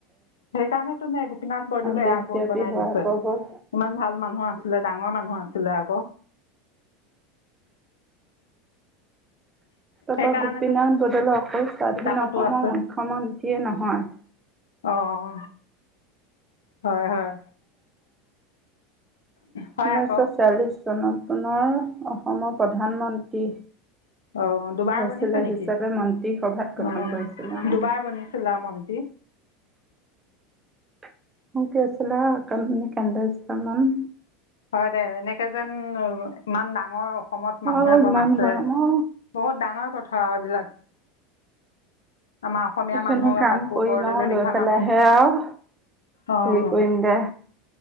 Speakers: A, on the left; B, on the right.
A: সেইকাৰণে তুমি গোপীনাথ বৰদলৈ
B: দেশব্যাপী
A: এয়াৰপৰ্ট বনাই
B: হোৱাৰ
A: দিছে।
B: প্ৰবল
A: ইমান ভাল মানুহ আছিলে ডাঙৰ মানুহ আছিল। আছিলে আকৌ।
B: ত
A: সেইকাৰণেতোন
B: ত গোপীনাথ বদলৈদেব অকল স্বাধীন
A: কিতাপতো
B: অসমৰ
A: আছে
B: মুখ্যমন্ত্ৰীয়ে নহয়।
A: অঁ হয় হয়। হয়
B: উনৈশ
A: আকৌ
B: চিয়ালিছ। চনত পুনৰ অসমৰ প্ৰধানমন্ত্ৰী।
A: অহ, দুবাৰ
B: হ'লচেলাৰ
A: বনিছে নেকি?
B: হিচাপে মন্ত্ৰী সভাত গঠন
A: অউম
B: কৰিছিল অ
A: দুবাৰ বনিছিলে মন্ত্ৰী।
B: <unintelligible>
A: হয় দে, এনেকে যেন ইমান ডাঙৰ অসমত মানুহ
B: আৰু
A: এজন
B: ইমান
A: আছে
B: গৰম অ
A: বহুত ডাঙৰ কথা। এইবিলাক। আমাৰ অসমীয়া
B: এইখিনি
A: মানুহ
B: কাম
A: তাকো
B: কৰি
A: বৰদলৈ
B: লওঁ,
A: লিখা
B: লৈ পেলাইহে
A: মানুহ
B: আৱ,
A: অঁ
B: হেৰি কৰিম দে,